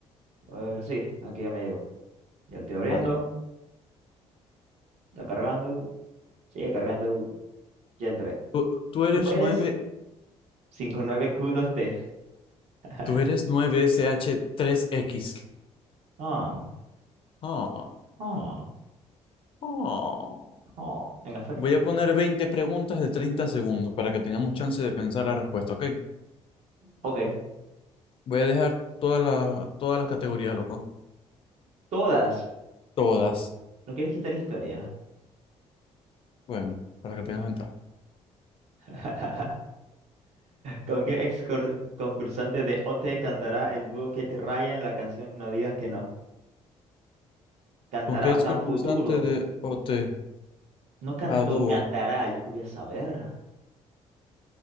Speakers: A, on the right; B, on the left.
A: A ver, sí, aquí ya me llegó. Ya lo estoy abriendo.
B: Bueno,
A: Está cargando. Sigue cargando. Ya entré.
B: tú, tú eres
A: Tú eres
B: nueve
A: cinco nueve q dos t <laughs>
B: tú eres 9 sh tres x
A: Ah,
B: ah
A: ah,
B: ah
A: ah, en efecto.
B: Voy a poner 20 preguntas de 30 segundos para que tengamos chance de pensar la respuesta, ¿ok?
A: Ok,
B: Voy a dejar todas las, todas las categorías, loco.
A: todas.
B: Todas.
A: ¿No quieres quitar historia?
B: Bueno, para que tengas ventaja.
A: <laughs> ¿Con qué ex cor- concursante de OT cantará el dúo que te raya en la canción No digas que no? Cantará,
B: ¿Con qué
A: o
B: es
A: sea,
B: constante
A: futuro.
B: de OT
A: No cantó,
B: a dúo?
A: cantará. Yo qué voy a saber.